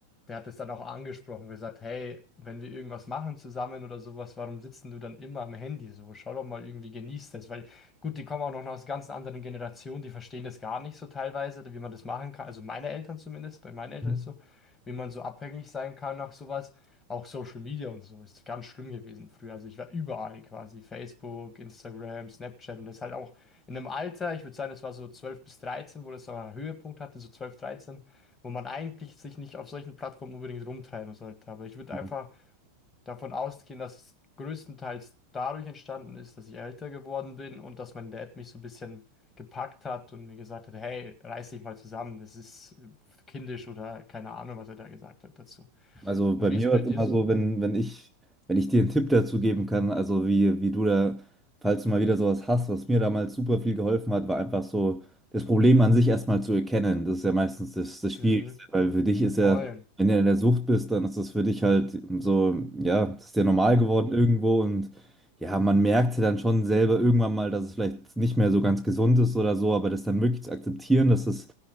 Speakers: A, on the left; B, in the centre.
A: der hat es dann auch angesprochen, gesagt, hey, wenn wir irgendwas machen zusammen oder sowas, warum sitzen du dann immer am Handy so? Schau doch mal irgendwie, genieß das. Weil gut, die kommen auch noch aus ganz anderen Generationen, die verstehen das gar nicht so teilweise, wie man das machen kann. Also meine Eltern zumindest, bei meinen Eltern
B: mhm,
A: ist so, wie man so abhängig sein kann nach sowas. Auch Social Media und so ist ganz schlimm gewesen früher. Also ich war überall quasi, Facebook, Instagram, Snapchat und das halt auch in einem Alter, ich würde sagen, das war so 12 bis dreizehn wo das so einen Höhepunkt hatte, so 12 dreizehn wo man eigentlich sich nicht auf solchen Plattformen unbedingt rumtreiben sollte. Aber ich würde
B: mhm.
A: einfach davon ausgehen, dass es größtenteils dadurch entstanden ist, dass ich älter geworden bin und dass mein Dad mich so ein bisschen gepackt hat und mir gesagt hat, hey, reiß dich mal zusammen, das ist kindisch oder keine Ahnung, was er da gesagt hat dazu.
B: Also
A: Und
B: bei
A: wie
B: mir
A: ist bei
B: war es
A: dir?
B: immer
A: so?
B: so, wenn, wenn ich, wenn ich dir einen Tipp dazu geben kann, also wie, wie du da, falls du mal wieder sowas hast, was mir damals super viel geholfen hat, war einfach so, das Problem an sich erstmal zu erkennen. Das ist ja meistens das, das Schwierigste,
A: Mhm,
B: weil für dich ist ja,
A: voll.
B: wenn du in der Sucht bist, dann ist das für dich halt so, ja, das ist ja normal geworden irgendwo und ja, man merkt ja dann schon selber irgendwann mal, dass es vielleicht nicht mehr so ganz gesund ist oder so, aber das dann wirklich zu akzeptieren, dass es